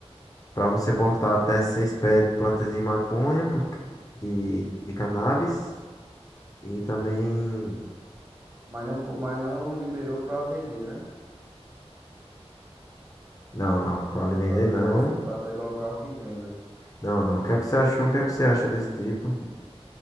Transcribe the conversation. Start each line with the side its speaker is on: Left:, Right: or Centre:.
Left: para você portar até seis pés de plantas de maconha, porque, de, de cannabis, e também.
Right: Mas não, po- mas não liberou pra vender, né?
Left: Não, não, para vender
Right: Pra vender
Left: não.
Right: assim, pra ter local que venda.
Left: Não, não. O que é que você achou? O que é que você acha desse tipo?